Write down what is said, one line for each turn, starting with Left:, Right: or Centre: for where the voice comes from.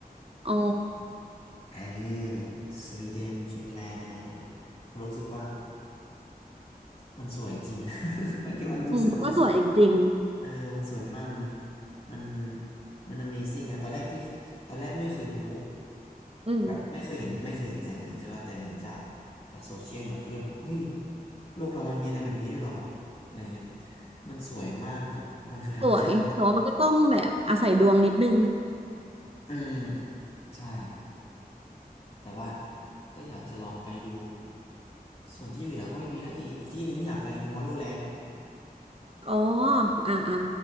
Right: อ๋อ
Left: เออสวีเดนฟินแลนด์อะไรพวกเนี้ยเพราะรู้สึกว่ามันสวยจริง <laughs> มันก็มันรู้สึกว่ามันสวย
Right: อืมก็สวยจริง
Left: เออ มันสวยมาก มัน มันมัน Amazing อะตอนแรกที่ตอนแรกไม่เคยรู้
Right: อืม
Left: แบบไม่เคยเห็นไม่เคยเห็นแสงเหนือใช่ป่ะแต่เห็นจาก จากโซเชียลเนี่ยก็เลยมองเฮ้ยโลกเรามันมีอะไรแบบนี้ด้วยเหรอ อะไรเงี้ยมันสวยมากแบบ มันคือธรรมชาติจริง
Right: สวยแต่ว่ามันก็ต้องแบบอาศัยดวงนิดนึง
Left: ๆอืม ใช่ แต่ว่า ก็อยากจะลองไปดู ส่วนที่เหลือก็ไม่มีนะ อีกอีกที่หนึ่งอยากไปทูมอร์โรแลนด์มั้ง
Right: อ๋ออ่าอ่า